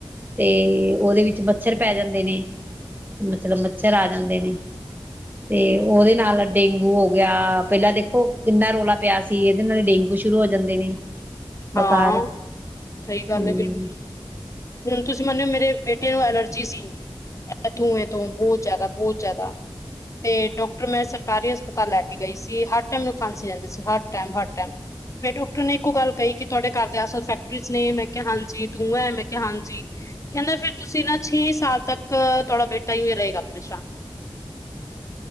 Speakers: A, on the right (about 20°); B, on the left (about 35°).
A: ਤੇ ਉਹਦੇ ਵਿੱਚ ਮੱਛਰ ਪੈ ਜਾਂਦੇ ਨੇ ਮਤਲਬ ਮੱਛਰ ਆ ਜਾਂਦੇ ਨੇ ਤੇ ਉਹਦੇ ਨਾਲ ਡੇਂਗੂ ਹੋ ਗਿਆ ਪਹਿਲਾਂ ਦੇਖੋ ਕਿੰਨਾ ਰੌਲਾ ਪਿਆ ਸੀ ਇਹਦੇ ਨਾਲ ਡੇਂਗੂ ਸ਼ੁਰੂ ਹੋ ਜਾਂਦੇ ਨੇ ਬੁਖਾਰ
B: ਹਾਂ ਸਹੀ
A: ਹਮ
B: ਗੱਲ ਹੈ ਬਿਲਕੁਲ ਹੁਣ ਤੁਸੀਂ ਮੰਨਿਓ ਮੇਰੇ ਬੇਟੇ ਨੂੰ ਐਲਰਜੀ ਸੀ ਧੂੰਏ ਤੋਂ ਬਹੁਤ ਜ਼ਿਆਦਾ ਬਹੁਤ ਜ਼ਿਆਦਾ ਤੇ ਡਾਕਟਰ ਮੈਂ ਸਰਕਾਰੀ ਹਸਪਤਾਲ ਲੈ ਕੇ ਗਈ ਸੀ ਹਰ ਟਾਈਮ ਮੈਨੂੰ ਖਾਂਸੀ ਆਂਦੀ ਸੀ ਹਰ ਟਾਈਮ ਹਰ ਟਾਈਮ ਫੇਰ ਡਾਕਟਰ ਨੇ ਇੱਕੋ ਗੱਲ ਕਹੀ ਕਿ ਤੁਹਾਡੇ ਘਰ ਦੇ ਆਸ ਪਾਸ ਫੈਕਟਰੀਜ਼ ਨੇ ਮੈਂ ਕਿਹਾ ਹਾਂਜੀ ਧੂੰਆ ਐ ਮੈਂ ਕ ਕਿਹਾ ਹਾਂਜੀ ਕਹਿੰਦਾ ਫਿਰ ਤੁਸੀਂ ਨਾ ਛੇ ਸਾਲ ਤੱਕ ਤੁਹਾਡਾ ਬੇਟਾ ਇਵੇਂ ਰਹੇਗਾ ਪਰੇਸ਼ਾਨ